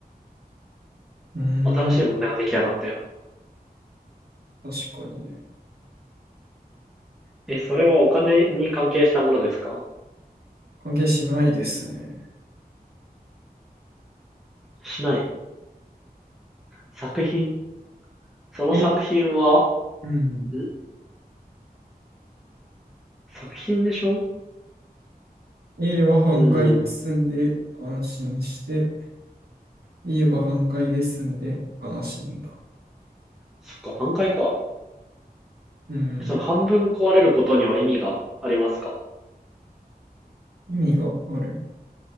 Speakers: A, on the right; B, in the centre.
A: うーん、
B: 新しい問題が出来上がったよ。
A: 確かにね。
B: え、それはお金に関係したものですか
A: 関係しないですね。
B: しない。作品。その作品は、
A: え、うん。
B: ん作品でしょう
A: A は半壊で済んで安心して、
B: ーん。
A: B は半壊で済んで悲しんだ。
B: そっか、半壊か。
A: うん。
B: えその半分壊れることには意味がありますか
A: 意味がある。